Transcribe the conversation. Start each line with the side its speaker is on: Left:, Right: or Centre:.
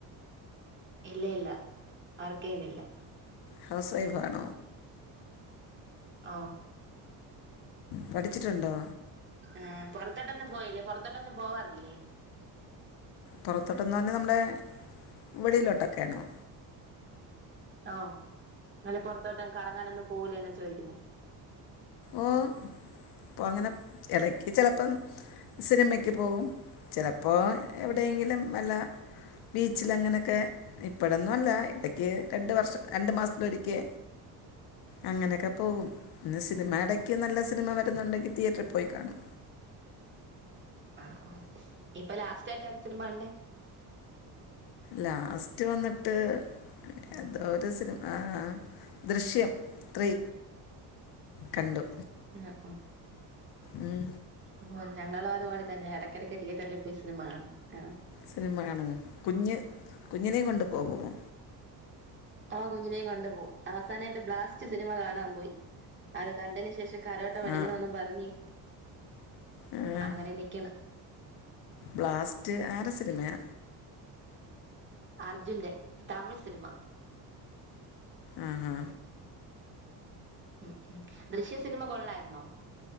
Right: ഇല്ല, ഇല്ല വർക്കെയ്യുന്നില്ല.
Left: ഹൗസ് വൈഫാണോ?
Right: ആഹ്.
Left: പഠിച്ചിട്ടുണ്ടോ?
Right: ഏ പൊർത്തോട്ടൊന്നും പോയില്ലേ പൊറത്തോട്ടൊന്നും പോവാറില്ലേ?
Left: പൊർത്തോട്ടെന്നർഞ്ഞമ്മടെ വെളിയിലോട്ടൊക്കെണോ?
Right: ഓഹ് അങ്ങനെ പുറത്തോട്ടൊന്നും കറങ്ങാനൊന്നും പോകൂലേന്നാ ചോദിക്കുന്നെ.
Left: ഓഹ് പ്പൊ അങ്ങനെ എടക്ക് ചെലപ്പം. സിനിമയ്ക്ക് പോവും ചെലപ്പോ എവിടെയെങ്കിലും വല്ല ബീച്ചിലങ്ങനെക്കെ. ഇപ്പഴൊന്നും അല്ല എടക്ക് രണ്ട് വർഷം രണ്ട് മാസത്തിലൊരിക്കെ. അങ്ങനെക്കെ പോകും ന്ന് സിനിമ എടക്ക് നല്ല സിനിമ വരുന്നുണ്ടെങ്കി തിയേറ്ററി പോയി കാണും.
Right: ആഹ്, ആഹ് ഇപ്പൊ ലാസ്റ്റായിട്ട് എതാ സിനിമ കണ്ടെ.
Left: ലാസ്റ്റ് വന്നിട്ട്. ഏതൊരു സിനിമ ആഹ് ആഹ് ദൃശ്യം ത്രീ. കണ്ടു.
Right: എഹ്, ആഹ്.
Left: ഉം.
Right: ഓഹ് ഞങ്ങളും അതുപോല തന്നെ ഇടയ്ക്കിടയ്ക്ക് തിയേറ്ററില് പോയി സിനിമ കാണും ആഹ്.
Left: സിനിമ കാണോ കുഞ്ഞ് കുഞ്ഞിനെ കൊണ്ട്പോകുമോ.
Right: ആഹ് കുഞ്ഞിനെയും കൊണ്ട് പോവും അവസാനായിട്ട് ബ്ലാസ്റ്റ് സിനിമ കാണാൻ പോയി അത് കണ്ടേന് ശേഷം. കരോട്ട പടിക്കണെന്നും
Left: ആ
Right: പറഞ്ഞ്.
Left: അഹ്
Right: അങ്ങനെ നിക്കണ്
Left: ബ്ലാസ്റ്റ് ആരെ സിനിമയാ?
Right: അർജുന്റെ തമിഴ് സിനിമ.
Left: ആഹ് ഹാ.
Right: ഉം, ഉം ദൃശ്യം സിനിമ കൊള്ളായിരുന്നോ?